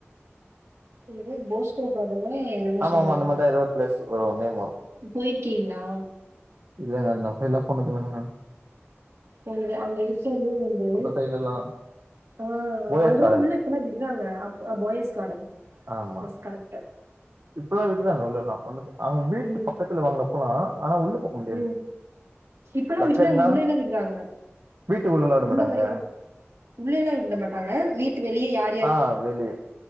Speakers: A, on the right; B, on the right.
A: எதோ போஸ்டோ காடனா என்னமோ
B: ஆமா
A: சொல்லுவாங்க
B: ஆமா அந்த மாரிதா ஏதோ ஒரு பிளேஸ் வரு நேம் வரு
A: போயிருக்கீங்ளா
B: இல்லங்க அந்த அஃபைல்லா போனதில்லங்க நான்
A: உங்களு அங்க இருக்கந்து உந்து
B: அந்த சைட்லல்லா
A: ஆ
B: போயஸ்
A: அங்கல்லா
B: கார்டன்
A: உள்ள இப்பல்லா விட்றாங்க அப் அ போயஸ் காடன்
B: ஆமா
A: எஸ் கரெக்ட்டு
B: இப்பல்லா விட்றாங்க உள்ள எல்லா வந்துட்டு அவங்க வீட்டு
A: ம்
B: பக்கத்துல வ அங்க போலா ஆனா உள்ள போக முடியாது
A: ம் இப்பல்லா
B: லக்க
A: விட்றாங்க
B: இருந்தா
A: உள்ள எல்லா விர்றாங்க
B: வீட்டு உள்ளல்லா விட
A: உள்ள
B: மாட்டாங்க
A: வரைக்கு உள்ள எல்லா விட்ல மாட்டாங்க வீட்டு வெளிய யா
B: ஆ வெளிய